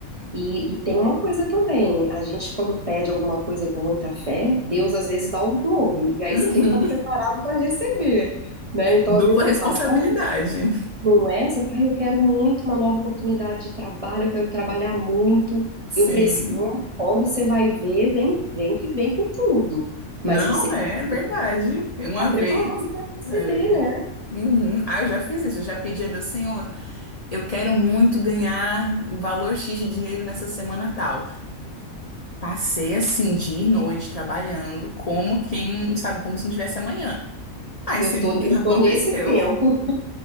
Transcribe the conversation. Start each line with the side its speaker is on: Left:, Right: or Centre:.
Right: E, e tem uma coisa também, a gente quando pede alguma coisa com muita fé, Deus às vezes dá o dobro, e aí
Left: Uhum.
Right: você tem que estar preparado
Left: <laughs>
Right: para receber, né? Então
Left: Dupla
Right: às vezes você
Left: responsabilidade.
Right: fala, não, não é, você fala, "Ai, eu quero muito uma nova oportunidade de trabalho, eu quero trabalhar muito,
Left: Sim.
Right: eu preciso. Não, é? Quando você vai ver, vem, vem que vem com tudo,
Left: Não,
Right: mas você pedir,
Left: é verdade. Uma
Right: tá preparado
Left: vez.
Right: para receber,
Left: é.
Right: né?
Left: Uhum. Ah, eu já fiz isso. Eu já pedi a Deus, Senhor, eu quero muito ganhar valor X de dinheiro nessa semana tal. Passei assim, dia e noite, trabalhando, como quem, sabe, como se não tivesse amanhã. Aí
Right: Eu
Left: se <laughs>
Right: tô, eu
Left: aconteceu.
Right: tô nesse tempo.